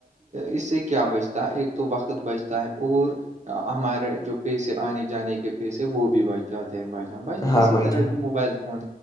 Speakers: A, on the right (about 50°); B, on the left (about 25°).
A: اس سے کیا بچتا ہے ایک تو وقت بجتا ہے اور ہمارے جو پیسے آنے جانے کے پیسے وہ بھی باجی چاہتے ہیں بھائی جان بھائی جان
B: ہاں
A: اسی
B: بھائی
A: طرح
B: جان
A: جو موبائل ف